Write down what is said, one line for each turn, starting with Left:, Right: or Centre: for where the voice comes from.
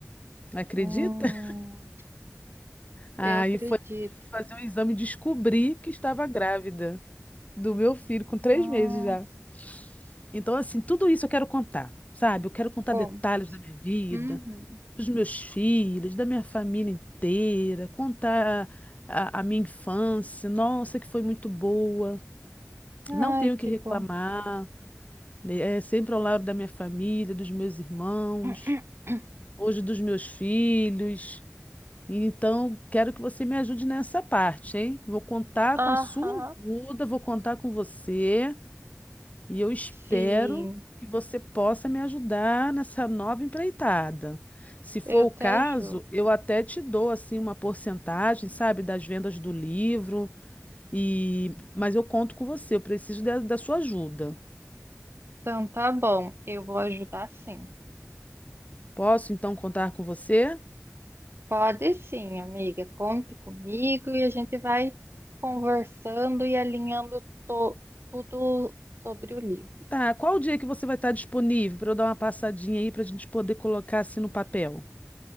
Left: Acredita?
Right: Hum,
Left: <laughs> Aí
Right: eu acredito.
Left: foi fazer um exame e descobri que estava grávida do meu filho, com três
Right: Nossa,
Left: meses já. Então, assim, tudo isso eu quero contar, sabe? Eu quero contar
Right: como?
Left: detalhes da minha vida,
Right: Uhum.
Left: dos meus filhos, da minha família inteira, contar a, a minha infância. Nossa, que foi muito boa. Não
Right: Ai,
Left: tenho o que
Right: que
Left: reclamar,
Right: bom.
Left: né? É sempre ao lado da minha família, dos meus irmãos,
Right: <clears throat>
Left: hoje dos meus filhos. Então, quero que você me ajude nessa parte, hein? Vou contar
Right: Aham,
Left: com a sua ajuda, vou contar com você. E eu espero
Right: sim,
Left: que você possa me ajudar nessa nova empreitada. Se for
Right: eu
Left: o
Right: te
Left: caso,
Right: ajudo.
Left: eu até te dou assim uma porcentagem, sabe, das vendas do livro. E mas eu conto com você, eu preciso da, da sua ajuda.
Right: Então tá bom, eu vou ajudar sim.
Left: Posso então contar com você?
Right: Pode sim, amiga, conte comigo e a gente vai conversando e alinhando to- tudo sobre o livro.
Left: Tá, qual o dia que você vai estar disponível para eu dar uma passadinha aí para a gente poder colocar assim no papel?